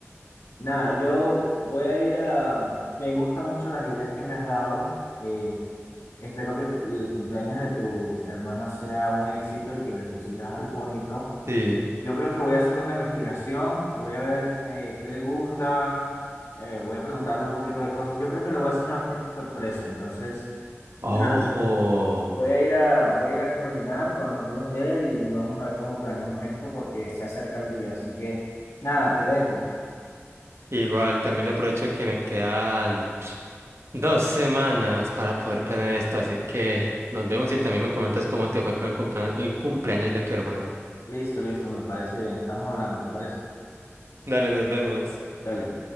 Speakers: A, on the left; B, on the right.
A: Nada, yo voy a ir a, me gustan mucho las ideas que me has dado, eh, espero que el cumpleaños de tu hermana sea un éxito y que le consigas algo bonito.
B: Sí.
A: Yo creo que voy a hacer una investigación, voy a ver eh, qué le gusta, eh, voy a preguntarle un poquito de cosas. Yo creo que le voy a hacer una fiesta sorpresa, entonces,
B: Ojo.
A: nada, Voy a ir a, voy a ir a coordinar con los amigos de él y vamos a ver cómo planeamos esto porque se acerca el día. Así que nada, te dejo.
B: Igual también le aprovecho que me quedan dos semanas para poder planear esto, así que nos vemos y también me comentas cómo te fue con el cumplea- el cumpleaños de tu hermano.
A: Listo, listo, me parece bien. Estamos hablando, ¿te parece?
B: Dale, nos vemos.
A: Dale.